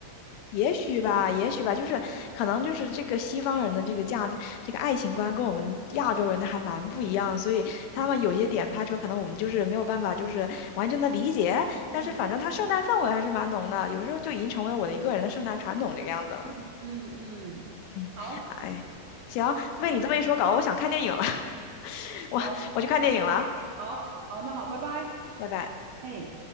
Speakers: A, on the left; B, on the right.
A: 也许吧，也许吧，就是可能就是这个西方人的这个价值，这个爱情观跟我们亚洲人的还蛮不一样，所以他们有些点拍出来，可能我们就是没有办法就是完全的理解，但是反正他圣诞氛围还是蛮浓的，
B: 嗯
A: 有时候就已经成为我的一个人的圣诞传统这个样子了。
B: 嗯嗯嗯，
A: 嗯，
B: 好
A: 哎，行，被你这么一说搞得我想看电影了，<laughs> 我我去看电影了，
B: 好，那我好好，那好，拜拜。
A: 拜拜。
B: 哎。